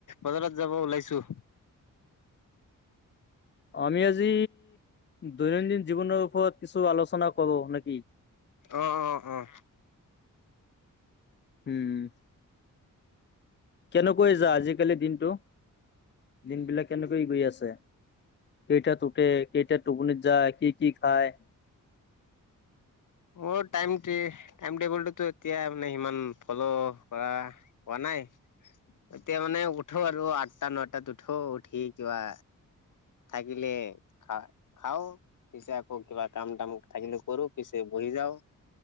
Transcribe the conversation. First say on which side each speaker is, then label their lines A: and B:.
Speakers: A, on the left (about 65°); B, on the left (about 35°).
A: বজাৰত যাব ওলাইছো
B: আমি আজি দৈনন্দিন জীৱনৰ ওপৰত কিছু আলোচনা কৰো নেকি
A: অ', অ', অ',
B: উম কেনেকৈ যায় আজিকালি দিনটো, দিনবিলাক কেনেকৈ গৈ আছে? কেইটাতে উঠে, কেইটাত টোপনি যায়, কি কি খায়
A: অ', টাইমটোৱে, টাইম টেবুলটোতো এতিয়া মানে সিমান ফল' কৰা হোৱা নাই নাই, এতিয়া মানে উঠো আৰু আঠটা, নটাত উঠো, উঠি কিবা থাকিলে খা-খাও, পিছে আকৌ কিবা কাম-টাম থাকিল কৰো পিছে <unintelligible> যাও